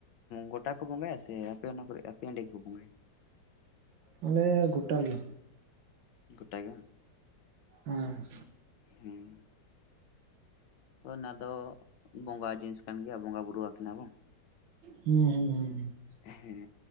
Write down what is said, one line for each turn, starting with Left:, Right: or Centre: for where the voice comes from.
Left: ᱜᱚᱴᱟ ᱠᱚ ᱵᱚᱸᱜᱟᱭᱟ ᱥᱮ ᱟᱯᱮ ᱚᱱᱟ ᱠᱚᱨᱮ ᱟᱯᱮ ᱮᱸᱰᱮ ᱜᱮᱠᱚ ᱵᱚᱸᱜᱟᱭᱟ
Right: ᱢᱚᱱᱮ ᱜᱚᱴᱟ ᱜᱮ
Left: ᱜᱚᱴᱟ ᱜᱮ ᱵᱟᱝ
Right: ᱦᱮᱸ
Left: ᱦᱮᱸ ᱚᱱᱟ ᱫᱚ ᱵᱚᱸᱜᱟ ᱡᱤᱱᱤᱥ ᱠᱟᱱ ᱜᱮᱭᱟ ᱵᱚᱸᱜᱟ ᱵᱩᱨᱩ ᱟᱠᱤ ᱵᱟᱝ
Right: ᱦᱮᱸ ᱦᱮᱸ ᱦᱮᱸ
Left: ᱦᱮᱸ